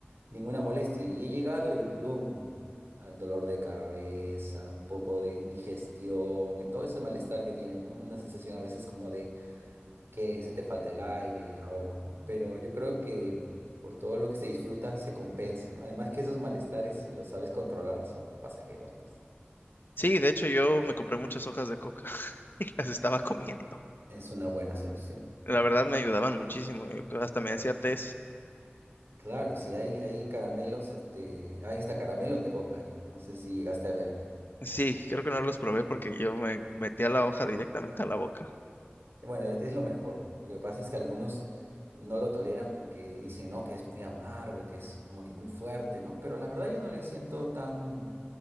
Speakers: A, on the right; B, on the left.
A: ninguna molestia. Y he llegado y plum, ah, dolor de cabeza, un poco de indigestión, eh, todo ese malestar que tienes, ¿no? Una sensación a veces como de que se te falta el aire, el ahogo, ¿no? Pero yo creo que por todo lo que se disfruta se compensa, ¿no? Además que esos malestares, si los sabes controlar, son pasajeros, pues
B: Sí, de hecho yo me compré muchas hojas de coca <laughs> y las estaba comiendo.
A: es una buena solución.
B: La verdad me ayudaban muchísimo. eh, Hasta me hacía té
A: Claro, si hay, hay caramelos, este, hay hasta caramelos de coca ahí. No sé si llegaste a ver.
B: Sí, creo que no los probé porque yo me metía la hoja directamente a la boca.
A: Bueno, e-, es lo mejor. Lo que pasa es que algunos no lo toleran porque dicen, no, que es muy amargo, que es como que muy fuerte, ¿no? Pero la verdad yo no le siento tan